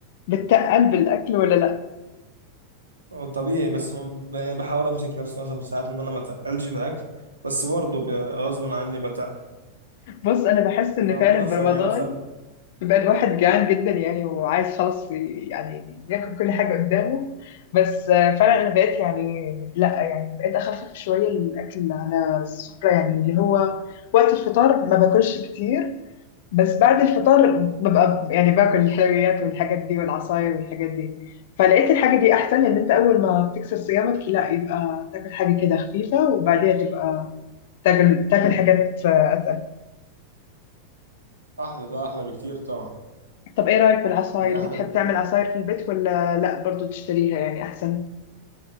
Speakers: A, on the left; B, on the right.
A: بتقل بالأكل ولا لأ؟
B: آه، طبيعي بس ما ب- بحاول امسك نفسي مثلا في ساعات ان انا ما اتقلش في الاكل بس برضه ب- غصب عني بتقل
A: بُص أنا باحس إن
B: فاما
A: فعلًا
B: فيعني
A: برمضان
B: مثلا
A: بيبقى الواحد جعان جدًا يعني وعايز خلاص ي يعني ياكل كل حاجة قدّامه، بس آه، فعلًا أنا بقيت يعني لأ، يعني بقيت أخفِّف شوية الأكل على السُّفرة، يعني اللي هو وقت الفطار ما باكلش كتير، بس بعد الفطار بابقى يعني باكل الحلويات والحاجات دي والعصاير والحاجات دي، فلقيت الحاجة دي أحسن، لإن أنت أول ما تكسر صيامك لأ، يبقى تاكل حاجة كده خفيفة وبعديها تبقى تاكل تاكل حاجات آه، اتقل
B: احلى ده احلى بكتير طبعا
A: طب ايه رايك بالعصاير
B: دي احلى
A: بتحب تعمل عصاير في البيت ولا لا برضو تشتريها يعني احسن